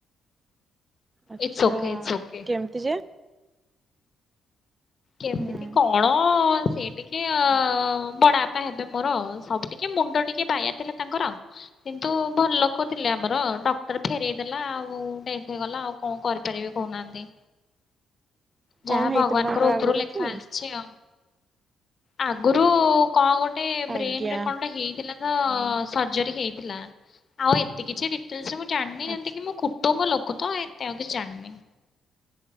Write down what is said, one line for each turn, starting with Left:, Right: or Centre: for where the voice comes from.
Right: ଆଚ୍ଛା
Left: ଇଟ୍ସ ଓକେ ଇଟ୍ସ ଓକେ।
Right: କେମତି ଯେ?
Left: କେମିତି
Right: ହୁଁ
Left: କଣ? ସେ ଟିକେ ଅ ବଡାଆପା ହେବେ ମୋର ସବୁ ଟିକେ ମୁଣ୍ଡ ଟିକେ ବାୟା ଥିଲା ତାଙ୍କର କିନ୍ତୁ ଭଲ ଲୋକ ଥିଲେ ଆମର ଡକ୍ଟର ଫେରଇ ଦେଲା ଆଉ ଡେଥ୍ ହେଇଗଲା ଆଉ କଣ କରିପାରିବି କହୁନାହାଁନ୍ତି। ଯାହା
Right: କଣ
Left: ଭଗବାନଙ୍କର
Right: ହେଇଥିଲେ ତାଙ୍କର
Left: ଉପରୁ
Right: ଆଗରୁ
Left: ଲେଖା
Right: କି?
Left: ଆସିଛି ଆଉ ଆଗୁରୁ କଣ ଗୋ ଟେ ବ୍ରେନରେ
Right: ଆଜ୍ଞା
Left: କଣ ଗୋଟେ ହେଇଥିଲା ତ ସର୍ଜରୀ ହେଇଥିଲା ଆଉ ଏତେ କିଛି ଡିଟେଲେସ ମୁଁ ଜାଣିନି ଯେମତି
Right: ଆଚ୍ଛା
Left: କି ମୋ କୁଟୁମ୍ବ ଲୋ କୁ ତ ଏତେ ଆଉ କିଛି ଜାଣିନି।